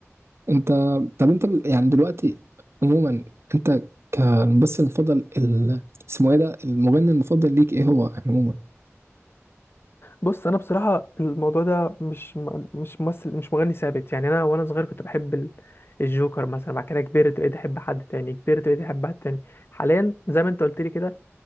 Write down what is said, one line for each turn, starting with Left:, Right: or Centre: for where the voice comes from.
Right: انت طب انت ب- يعني دلوقتي عموما انت كالممثل المفضل ال... اسمه ايه ده المغني المفضل ليك ايه هو يعني عموما
Left: بص انا بصراحه الموضوع ده مش م- مش ممثل مش مغني ثابت يعني انا وانا صغير كنت بحب ال- الجوكر مثلا بعد كده كبرت بقيت احب حد تاني كبرت بقيت احب حد تاني حاليا زي ما انت قلت لي كده